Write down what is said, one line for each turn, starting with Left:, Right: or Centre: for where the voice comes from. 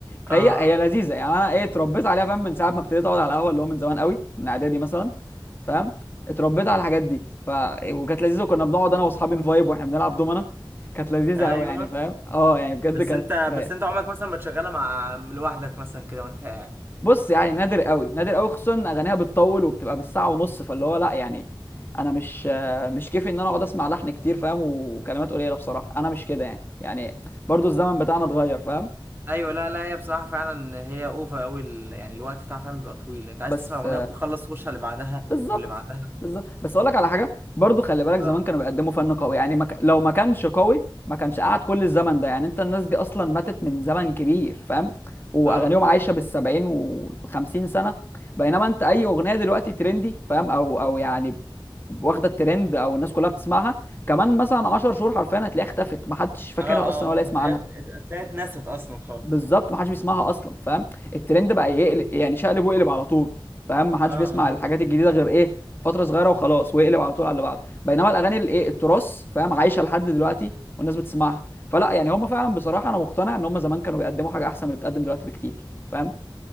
Left: فهي
Right: اه
Left: هي
Right: اه
Left: لذيذه يعني انا ايه اتربيت عليها فاهم من ساعه ما ابتديت اقعد على القهوه اللي هو من زمان قوي من اعدادي مثلا فاهم اتربيت على الحاجات دي ف وكانت لذيذه وكنا بنقعد انا واصحابي نفايب واحنا بنلعب دومنا كانت لذيذه
Right: ايوه
Left: قوي يعني فاهم اه يعني بجد
Right: بس
Left: كانت
Right: انت
Left: رايقه
Right: بس انت عمرك مثلا ما تشغلها مع لوحدك مثلا كده وانت قاعد
Left: بص يعني نادر قوي نادر قوي خصوصا ان اغانيها بتطول وبتبقى بالساعه ونص فاللي هو لا يعني انا مش مش كيفي ان انا اقعد اسمع لحن كتير فاهم وكلمات قليله بصراحه انا مش كده يعني يعني برضو الزمن بتاعنا اتغير فاهم
Right: ايوه لا لا هي بصراحه فعلا هي اوفر قوي ال... يعني الوقت بتاعها فعلا بيبقى طويل انت عايز
Left: بس
Right: تسمع الاغنيه وتخلص تخش على اللي بعدها
Left: بالظبط
Right: واللي بعدها
Left: بالظبط بس اقول لك على حاجه برضو خلي بالك زمان
Right: اه
Left: كانوا بيقدموا فن قوي يعني ما ك... لو ما كانش قوي ما كانش قعد كل الزمن ده يعني انت الناس دي اصلا ماتت من زمن كبير فاهم واغانيهم
Right: اه
Left: عايشه بالسبعين وخمسين سنه بينما انت اي اغنيه دلوقتي ترندي فاهم او او يعني واخده الترند او الناس كلها بتسمعها كمان مثلا 10 شهور حرفيا هتلاقيها اختفت ما حدش فاكرها
Right: اه اه
Left: اصلا ولا يسمع
Right: هتلاقيها
Left: عنها
Right: هتلاقيها اتنست اصلا خالص
Left: بالظبط ما حدش بيسمعها اصلا فاهم الترند بقى يقلب يعني شقلب وقلب على طول فاهم ما حدش
Right: اه
Left: بيسمع
Right: اه
Left: الحاجات الجديده غير ايه فتره صغيره وخلاص ويقلب على طول على اللي بعده بينما الاغاني الايه التراث فاهم عايشه لحد دلوقتي والناس بتسمعها فلا يعني هم فعلا بصراحه انا مقتنع ان هم زمان كانوا بيقدموا حاجه احسن من اللي بتقدم دلوقتي بكتير فاهم